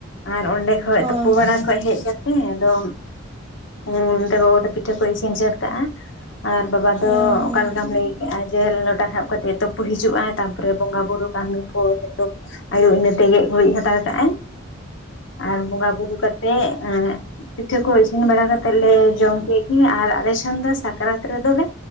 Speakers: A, on the left (about 60°); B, on the right (about 25°).
A: ᱟᱨ ᱚᱸᱰᱮ ᱠᱷᱚᱡ
B: ᱦᱳᱭ
A: ᱛᱩᱯᱩ ᱵᱟᱲᱟ
B: ᱦᱳᱭ,
A: ᱠᱷᱚᱡ ᱦᱮᱡ ᱠᱟᱛᱮ ᱟᱫᱚ ᱚᱱᱛᱮ ᱜᱚᱜᱚ ᱫᱚ ᱯᱤᱴᱷᱟᱹ ᱠᱚᱭ ᱤᱥᱤᱱ ᱥᱟᱹᱛ ᱠᱟᱜᱼᱟ᱾ ᱟᱨ ᱵᱟᱵᱟ ᱫᱚ
B: ᱦᱮᱸ ᱦᱮᱸ ᱦᱮᱸ
A: ᱚᱠᱟ ᱞᱮᱠᱟᱢ ᱵᱷᱟᱹᱜᱤ ᱠᱮᱼᱟ ᱡᱮ ᱞᱚᱴᱟ ᱥᱟᱵ ᱠᱟᱛᱮᱜ ᱮ ᱛᱳᱯᱳ ᱦᱤᱡᱩᱜᱼᱟ ᱛᱟᱯᱚᱨᱮ ᱵᱚᱸᱜᱟ ᱵᱩᱨᱩ ᱠᱟᱹᱢᱤ ᱠᱚ ᱮᱛᱚᱵ ᱟᱭᱳ ᱤᱱᱟᱹᱛᱮ ᱜᱮᱡ ᱜᱩᱨᱤᱡ ᱦᱟᱛᱟᱲ ᱠᱟᱜᱼᱟᱭ, ᱟᱨ ᱵᱚᱝᱜᱟ ᱵᱩᱨᱩ ᱠᱟᱛᱮᱜ ᱮᱻ ᱯᱤᱴᱷᱟᱹ ᱠᱚ ᱤᱥᱤᱱ ᱵᱟᱲᱟ ᱠᱟᱛᱮᱫ ᱞᱮ ᱡᱚᱢ ᱠᱮᱜ ᱜᱤ ᱟᱨ ᱟᱞᱮ ᱥᱮᱱ ᱫᱚ ᱥᱟᱠᱟᱨᱟᱛ ᱨᱮᱫᱚᱞᱮ